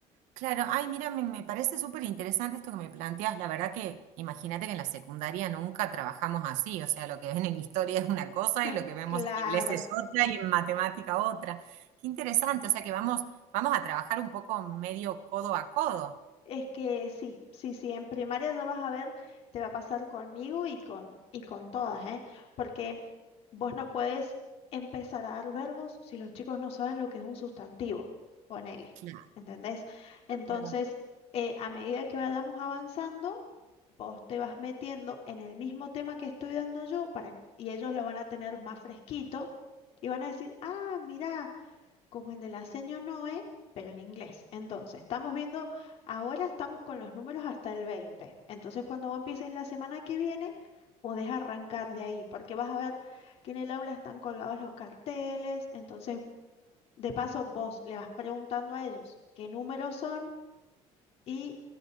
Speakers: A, on the right; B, on the left.
A: Claro, ay, mira, me, me parece súper interesante esto que me planteas. La verdad que imagínate que en la secundaria nunca trabajamos así, o sea, lo que ven en historia es una cosa
B: <laughs>
A: y lo que vemos
B: Claro.
A: en inglés es otra y en matemática otra. Qué interesante, o sea que vamos, vamos a trabajar un poco medio codo a codo.
B: Es que sí, sí, sí, en primaria ya vas a ver, te va a pasar conmigo y con, y con todas, ¿eh? Porque Vos no puedes empezar a dar verbos si los chicos no saben lo que es un sustantivo, ponele,
A: Claro,
B: ¿entendés? Entonces,
A: claro.
B: eh, a medida que vayamos avanzando, vos te vas metiendo en el mismo tema que estoy dando yo para, y ellos lo van a tener más fresquito y van a decir, ah, mirá como el de la seño Noe, pero en inglés. Entonces, estamos viendo, ahora estamos con los números hasta el veinte Entonces, cuando vos empieces la semana que viene, podés arrancar de ahí, porque vas a ver que en el aula están colgados los carteles. Entonces, de paso, vos le vas preguntando a ellos qué números son y